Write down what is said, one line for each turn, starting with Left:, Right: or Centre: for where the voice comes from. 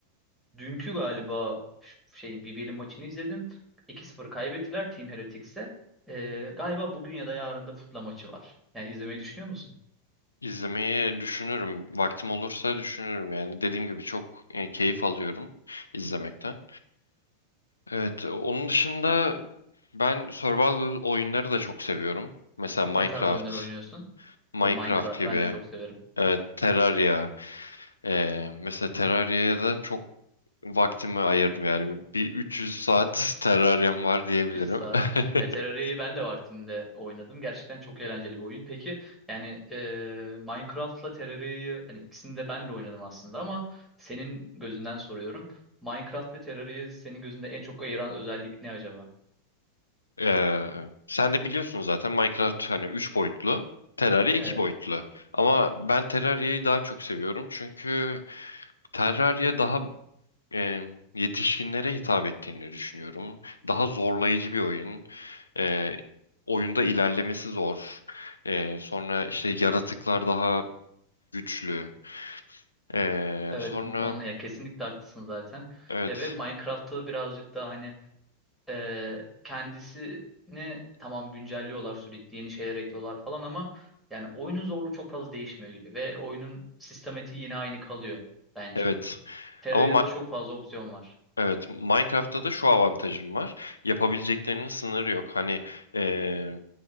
Centre: Dünkü galiba ş- şeyin BBL'in maçını izledim. 2-0 kaybettiler Team Heretics'e. Ee, galiba bugün ya da yarın da Foot'la maçı var. Yani izlemeyi düşünüyor musun?
Left: İzlemeyi düşünürüm. Vaktim olursa düşünürüm yani. Dediğim gibi çok e, keyif alıyorum izlemekten. Evet. Onun dışında ben survival oyunları da çok seviyorum. Mesela Minecraft,
Centre: Ne tarz oyunlar oynuyorsun?
Left: Minecraft
Centre: O Minecraft
Left: gibi.
Centre: ben de çok severim.
Left: Evet, Terraria. Ee, mesela Terraria'ya da çok vaktimi ayırdım yani. Bir 300 saat Terraria'm var diyebilirim.
Centre: 100 saat.
Left: <laughs>
Centre: Ya Terraria'yı ben de vaktinde oynadım. Gerçekten çok eğlenceli bir oyun. Peki yani e, Minecraft'la Terraria'yı hani ikisini de ben de oynadım aslında ama senin gözünden soruyorum. Minecraft ve Terraria'yı senin gözünde en çok ayıran özellik ne acaba?
Left: Ee, sen de biliyorsun zaten Minecraft hani 3 boyutlu, Terraria iki
Centre: Evet.
Left: boyutlu. Ama ben Terraria'yı daha çok seviyorum çünkü Terraria daha e, yetişkinlere hitap ettiğini düşünüyorum. Daha zorlayıcı bir oyun. Ee, oyunda ilerlemesi zor. Ee, sonra işte yaratıklar daha güçlü. Ee,
Centre: Evet
Left: sonra
Centre: bu konuda ya kesinlikle haklısın zaten.
Left: evet,
Centre: Ya ve Minecraft'ta birazcık daha hani e, kendisini tamam güncelliyorlar sürekli yeni şeyler ekliyorlar falan ama yani oyunun zorluğu çok fazla değişmiyor gibi ve oyunun sistematiği yine aynı kalıyor bence.
Left: evet.
Centre: Terraria'da
Left: Ama Ma-
Centre: çok fazla opsiyon var.
Left: Evet, Minecraft'ta da şu avantajım var. Yapabileceklerinin sınırı yok. Hani eee,